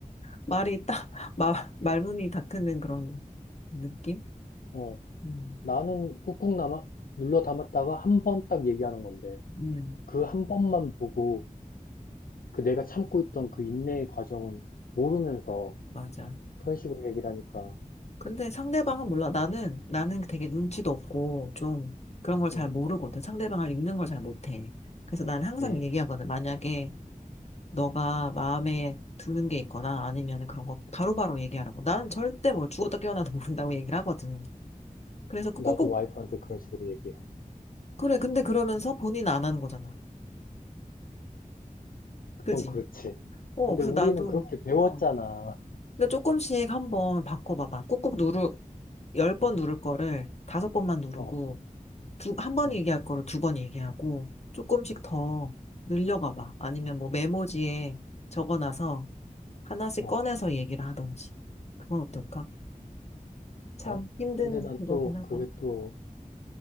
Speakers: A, on the left; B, on the left.
A: 말이 딱, 마, 말문이 닫히는 그런 느낌?
B: 어.
A: 음,
B: 나는 꾹꾹 남아, 눌러 담았다가 한 번 딱 얘기하는 건데,
A: 음,
B: 그 한 번만 보고, 그 내가 참고 있던 그 인내의 과정을 모르면서
A: 맞아.
B: 그런 식으로 얘기를 하니까,
A: 근데 상대방은 몰라. 나는, 나는 되게 눈치도 없고, 좀 그런 걸 잘
B: 응,
A: 모르거든. 상대방을 읽는 걸 잘 못해. 그래서 나는 항상
B: 응,
A: 얘기하거든. 만약에 너가 마음에 두는 게 있거나 아니면 그런 거 바로바로 얘기하라고. 난 절대 뭘 죽었다 깨어나도 <laughs> 모른다고 얘기를 하거든. 그래서 그
B: 나도
A: 꼭꼭,
B: 와이프한테 그런 식으로 얘기해.
A: 그래, 근데 그러면서 본인 안 하는 거잖아.
B: 그건
A: 그지?
B: 그렇지.
A: 어,
B: 근데
A: 그래서
B: 우리는
A: 나도,
B: 그렇게 배웠잖아.
A: 어. 근데 조금씩 한번 바꿔봐봐. 꾹꾹 누르, 열 번 누를 거를 다섯 번만 누르고,
B: 어,
A: 두, 한 번
B: 어.
A: 얘기할 거를 두 번 얘기하고, 조금씩 더 늘려가봐. 아니면 뭐 메모지에 적어놔서 하나씩
B: 어,
A: 꺼내서 얘기를 하던지. 그건 어떨까? 참
B: 가?
A: 힘든
B: 근데 난
A: 그거긴
B: 또,
A: 하다.
B: 그게 또,